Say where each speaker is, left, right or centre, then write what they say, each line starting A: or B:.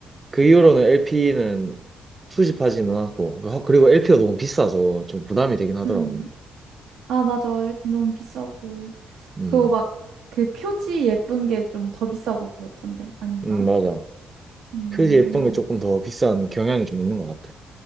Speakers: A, on the right; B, on the right.
A: 그 이후로는 LP는 수집하지는 않고 그- 그리고 LP가 너무 비싸서 좀 부담이 되긴 하더라고.
B: 음. 아, 맞아. 에 p 너무 비싸고.
A: 음,
B: 그거 막, 그 표지 예쁜 게 좀 더 비싸고 그렇던데. 아닌가?
A: 음 맞아.
B: 음,
A: 표지 예쁜 게 조금 더 비싼 경향이 좀 있는 것 같아.